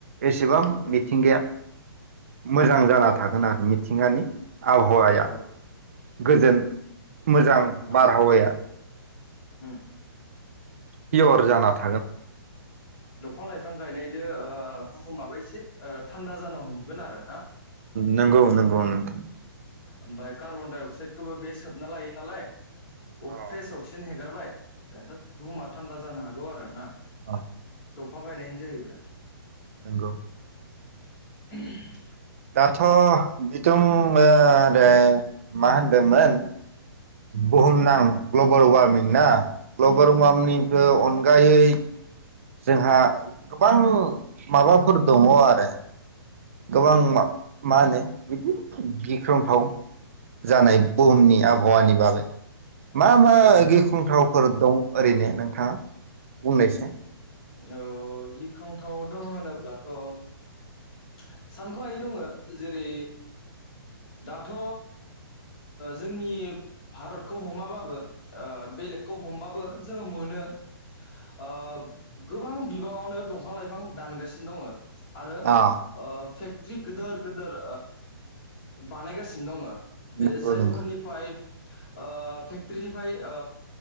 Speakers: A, on the right; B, on the left.
A: एसेबां
B: उम
A: मिथिंगाया मोजां जाना
B: उम
A: थागोन आरो मिथिं गानि आबहावाया
B: औ
A: गोजोन मोजां
B: औ
A: बारहावाया
B: उम।
A: पियर जाना था
B: दंफां लाइफां गायनाय बियो ओ बुहुमाबो एसे ओ थान्दा जानो हमगोन आरो ना।
A: नोंगौ नोंगौ नोंगौ।
B: ओमफाय कार्बन डाइअक्साइडखौबो बे सोबना लायो नालाय
A: अ
B: अक्स-फ्रेस अक्सिजेन हेगारबाय एन्थ' बुहुमा थान्दा जानो हागौ आरो ना।
A: आह
B: दंफां गायनायनि जाहैबाय
A: नोंगौ।
B: <unintelligible>
A: दाथ' बिथों ओ रे मा होन्दोंमोन बुहुम नां ग्लबेल वार्मिं
B: औ
A: ना ग्लबेल
B: औ
A: वार्मिंगखौ अन गायै जोंहा गोबां माबाफोर दङ' आरो। गोबां
B: औ
A: मा मा होनो बिदि गिख्रंथाव
B: औ
A: जानाय बुहुमनि आब हावानि बागै
B: औ
A: मा मा गिख खुंथावफोर दं ओरैनो नोंथाङा बुंनायसे।
B: औ गिख्रंथाव दङ होनोब्लाथ' सानख'हायै दङ' जेरै दाथ' जोंनि भारतखौ हमाबाबो ओ बेलेगखौ हमबाबो जोङो मोनो ओब गोबां बिबाङावनो दंफां लाइफां दानगासिनो दङ' आरो
A: अ
B: ओ फेक ट्री गिदोर गिदोर बानायगासिनो दङ'। बे
A: नंगौ
B: जायफोरनिफाय
A: नंगौ
B: ओ फेक्टर्रिनिफ्राय ओ